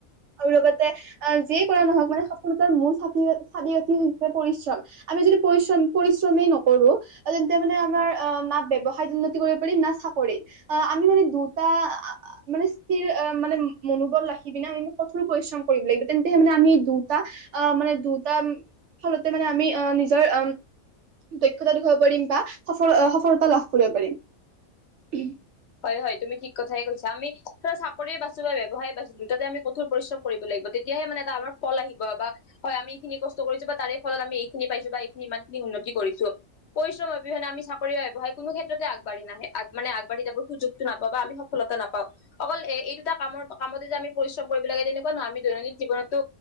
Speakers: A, on the right; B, on the left.
A: আৰু লগতে অ', যিয়ে কৰা নহওকঁ মানে সফলতাৰ মূল চাবি কাঠি হৈছে পৰিশ্ৰম। - আমি যদি পৰিশ্ৰম-পৰিশ্ৰমেই নকৰো- তেন্তে মানে আমাৰ অ' না ব্যৱসায়ত উন্নতি কৰিব পাৰিম না চাকৰিত। আমি যদি মানে দুটা- মানে স্থিৰ মানে মনোবল ৰাখি পিনে আমি কঠোৰো পৰিশ্ৰম কৰিব লাগিব তেন্তেহে মানে আমি দুটা অ', মানে দুটা ফলতে মানে আমি অ', নিজৰ অ' দক্ষতা দেখুৱাব পাৰিম বা সফল সফলতা লাভ কৰিব পাৰিম।।
B: হয়, হয়, তুমি থিক কথাই কৈছা আমি চাকৰিয়ে বাছো বা ব্যৱসায়ে বাছো দুটাতে আমি কঠোৰ পৰিশ্ৰম কৰিব লাগিব তে তেতিয়াহে মানে তাৰ পৰা ফল আহিব বা হয়, আমি এইখিনি কষ্ট কৰিছো বা তাৰে ফলত আমি এইখিনি পাইছো বা এইখিনি ইমান খিনি উন্নতি কৰিছোঁ। পৰিশ্ৰম অবিহনে আমি চাকৰি বা ব্যৱসায় কোনো ক্ষেত্ৰতে আগবাঢ়ি নাহে মানে আগাঢ়ি যাব সুযোগটো নাপাও বা আমি সফলতা নাপাওঁ। অকল এ এই দুটা কামৰ কামত যে আমি পৰিশ্ৰম কৰিব লাগে তেনেকুৱা নহয়, আমি দৈনন্দিন জীৱনতো